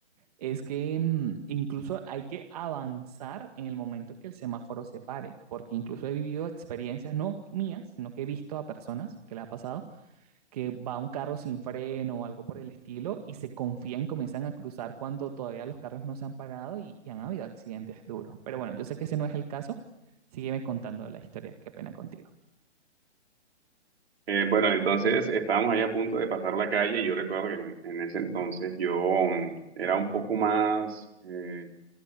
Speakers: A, on the right; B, on the right.
A: es que mm, incluso hay que avanzar en el momento que el semáforo se pare, porque incluso he vivido experiencias, no mías, sino que he visto a personas que le ha pasado que va un carro sin freno o algo por el estilo y se confían, comienzan a cruzar cuando todavía los carros no se han parado y, y han habido accidentes duros. Pero bueno, yo sé que ese no es el caso. Sígueme contando la historia, qué pena contigo.
B: Eh, bueno, entonces estábamos ahí a punto de pasar la calle y yo recuerdo que en en ese entonces yo mm, era un poco más... eh,